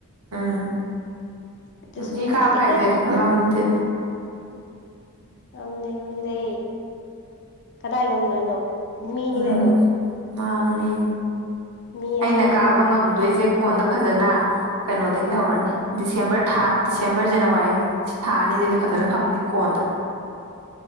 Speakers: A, on the right (about 85°); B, on the left (about 55°).
A: ꯎꯝ
B: ꯑꯗꯨꯁꯨ
A: ꯅꯨꯡꯇꯤ
B: ꯅꯠꯇꯦ
A: ꯀꯥꯕ ꯍꯥꯏꯁꯦ ꯉꯝꯗꯦꯗ
B: ꯉꯝꯗꯦ ꯉꯝꯗꯦ ꯀꯗꯥꯏ ꯉꯝꯗꯣꯏꯅꯣ ꯃꯤꯅꯤ
A: ꯎꯝ
B: ꯀꯩꯅꯣ
A: ꯃꯥꯅꯤ
B: ꯃꯤ ꯑꯃꯅ
A: ꯑꯩꯅ ꯀꯥꯕ
B: ꯅꯣꯡꯃ
A: ꯉꯝꯗꯣꯏꯁꯦ
B: ꯑꯗ
A: ꯀꯣꯟꯗ ꯐꯖꯅ ꯀꯩꯅꯣꯗꯒꯤ
B: ꯎꯝ
A: ꯍꯧꯔꯅꯤ ꯗꯤꯁꯦꯝꯕꯔ ꯊꯥ ꯗꯤꯁꯦꯝꯕꯔ ꯖꯅꯋꯥꯔꯤ ꯊꯥ ꯑꯅꯤꯁꯤꯗꯤ ꯐꯖꯅ ꯐꯝꯅꯤ ꯀꯣꯟꯗ